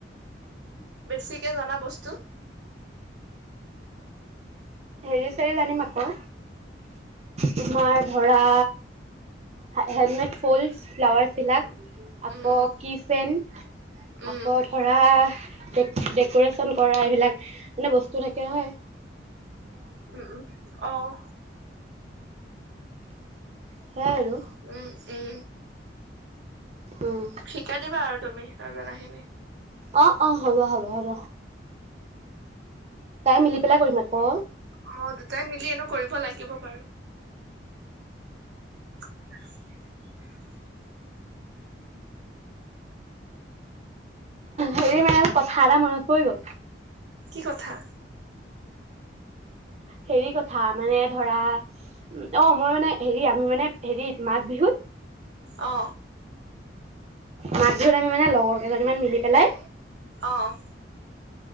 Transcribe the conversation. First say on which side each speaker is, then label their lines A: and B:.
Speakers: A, on the right; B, on the right.
A: বেছিকে জানা বস্তু।
B: হেৰি চাৰি জানিম আকৌ, তোমাৰ ধৰা, হেলমেট ফুল, ফ্লাৱাৰ চিলাক,
A: উম
B: আকৌ
A: উম
B: কি চেন,
A: উম
B: আকৌ ধৰা, ডক ডেক'ৰেশচন কৰা এইবিলাক, মানে বস্তু থাকে হয়।
A: উম-উম, অ',
B: সেয়াই আৰু
A: উম-উম
B: উম,
A: শিকাই দিবা আৰু তুমি ন জনাখিনি।
B: অ-অ, হ'ব-হ'ব-হ'ব। মিলি পেলাই কৰিম আকৌ
A: অহ দুটাই মিলি এনো কৰিব লাগিব। বাৰু। উম <unintelligible>
B: হেৰি কথা এটা মনত পৰি গ'ল,।
A: কি কথা?
B: হেৰি কথা মানে ধৰা, উ অ মই মানে, হেৰি আমি মানে, হেৰি মাঘ বিহুত,
A: অ
B: মাঘ বিহু আমি মানে লগৰ কেইজনীমান মিলি পেলাই,
A: অঁ